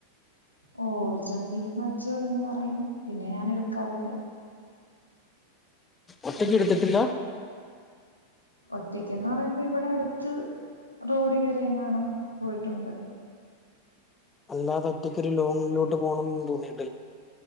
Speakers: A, on the left; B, on the left.
A: ഓ ഓടിച്ചോണ്ടിരിക്കുമ്പോ അച്ച ഓരോന്ന് പറയും പിന്നെ ഞാൻ എടുക്കാറില്ല.
B: ഒറ്റക്കെടുത്തിട്ടില്ല?
A: ഒറ്റക്കെന്ന് പറയുമ്പം ഇവിടെ അടുത്ത് റോഡി വരെങ്ങാണും പോയിട്ടുണ്ട്.
B: അല്ലാതെ ഒറ്റക്കൊരു ലോങ്ങിലോട്ട് പോണംന്ന് തോന്നി